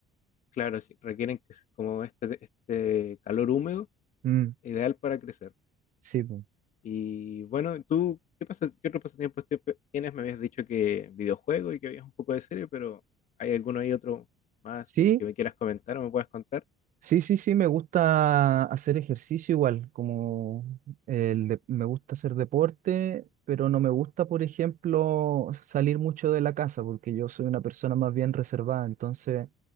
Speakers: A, on the left; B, on the right.
A: Claro, sí, requieren que es como este, este calor húmedo,
B: Mm,
A: ideal para crecer.
B: sí, po.
A: Y bueno, tú, ¿qué pasa, qué otro pasatiempo tie- tienes? Me habías dicho que videojuego y que habías un poco de serie, pero ¿hay alguno ahí otro más
B: sí,
A: que me quieras comentar o me puedas contar?
B: sí, sí, sí, me gusta hacer ejercicio igual, como el de- me gusta hacer deporte, pero no me gusta, por ejemplo, salir mucho de la casa, porque yo soy una persona más bien reservada, entonces